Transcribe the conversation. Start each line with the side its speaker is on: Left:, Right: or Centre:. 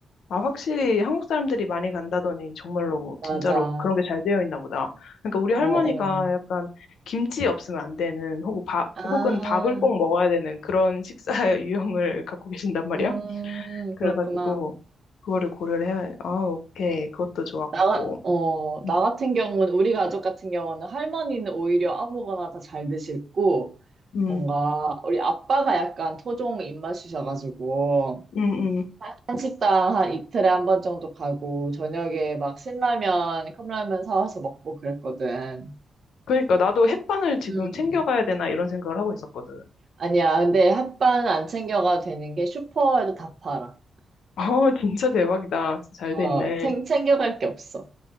Left: 아, 확실히 한국 사람들이 많이 간다더니 정말로
Right: 맞아.
Left: 진짜로 그런 게 잘 되어 있나 보다. 그러니까 우리
Right: 어어.
Left: 할머니가 약간 김치 없으면 안 되는 혹은 밥,
Right: 아,
Left: 혹은 밥을 꼭 먹어야 되는 그런 식사 <laughs> 유형을 갖고 계신단 말이야.
Right: 음,
Left: 그래가지고
Right: 그렇구나.
Left: 그거를 고려를 해야, 아, 오케이. 그것도 좋았고.
Right: 나, 어,
Left: 음,
Right: 나 같은 경우는, 우리 가족 같은 경우는 할머니는 오히려 아무거나 다 잘 드시고,
Left: 음,
Right: 뭔가 우리 아빠가 약간 토종 입맛이셔가지고
Left: 음. 음.
Right: 한식당 한 이틀에 한 번 정도 가고 저녁에 막 신라면, 컵라면 사와서 먹고 그랬거든.
Left: 그러니까 나도 햇반을 지금
Right: 음.
Left: 챙겨가야 되나 이런 생각을 하고 있었거든.
Right: 아니야, 근데 핫바는 안 챙겨가도 되는 게 슈퍼에도 다 팔아.
Left: <laughs> 아, 진짜 대박이다. 진짜 잘
Right: 어,
Left: 돼 있네.
Right: 챙, 챙겨갈 게 없어.